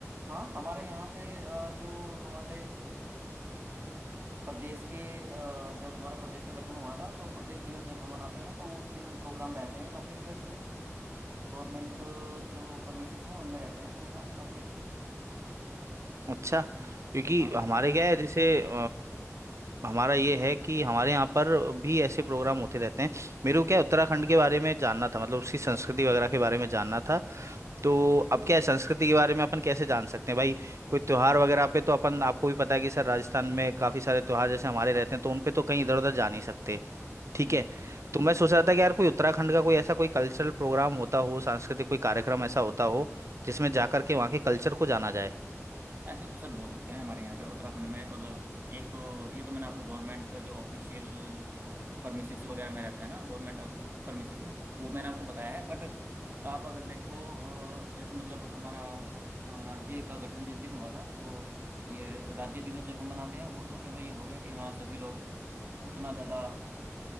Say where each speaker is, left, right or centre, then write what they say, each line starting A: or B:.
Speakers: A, on the right; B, on the right.
A: हाँ हमारे यहाँ पे अ, जो हमारे प्रदेश के अ, जब हमारा प्रदेश का गठन हुआ था तो प्रदेश दिवस जब हम मनाते हैं तो उस दिन प्रोग्राम रहते हैं काफ़ी अच्छे अच्छे गवर्नमेंट जो परमिसेस हैं उनमें रहते हैं प्रोग्राम काफ़ी अच्छे
B: अच्छा
A: तो,
B: क्योंकि
A: हाँ
B: हमारे क्या है जैसे अ, हमारा ये है कि हमारे यहाँ पर भी ऐसे प्रोग्राम होते रहते हैं मेरे को क्या है, उत्तराखंड के बारे में जानना था मतलब उसकी संस्कृति वगैरह के बारे में जानना था तो
A: अच्छा अच्छा
B: अब क्या है संस्कृति के बारे में अपन कैसे जान सकते हैं भाई कोई त्योहार वगैरह पे तो अपन आपको भी पता है कि सर राजस्थान में काफ़ी सारे त्योहार जैसे हमारे रहते हैं तो उन पे तो कहीं इधर उधर जा नहीं सकते ठीक
A: हम्म
B: है तो मैं सोच रहा था कि यार कोई उत्तराखंड का कोई ऐसा कोई कल्चरल प्रोग्राम होता हो सांस्कृतिक कोई कार्यक्रम ऐसा होता हो जिसमें जाकर के वहाँ के कल्चर को जाना जाए
A: ऐसे तो सर बहुत होते हैं हमारे यहाँ पे उत्तराखंड में मतलब एक तो ये तो मैंने आपको गवर्नमेंट जो ऑफिशियल परमिसेस वगैरह में रहता है ना गवर्नमेंट ऑफिस परमिसेस में वो मैंने आपको बताया है बट आप अगर देखो अ, जैसे मतलब हमारा अ, राज्य का गठन जिस दिन हुआ था तो ये राज्य दिवस जब हम मनाते हैं वो तो चलो ये हो गया कि हाँ सभी लोग उतना ज़्यादा